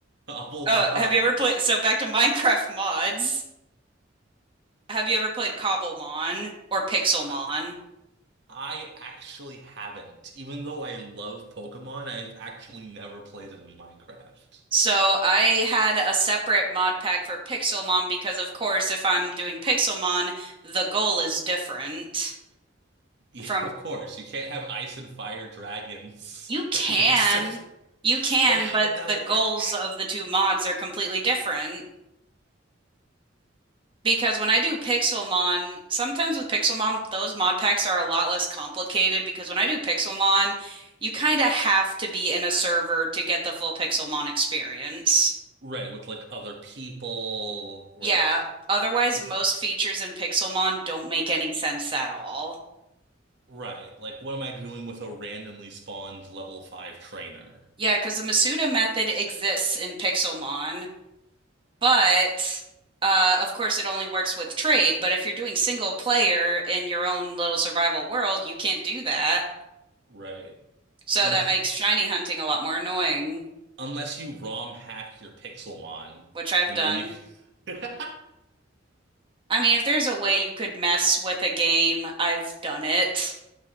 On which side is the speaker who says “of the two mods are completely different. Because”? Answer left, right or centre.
Right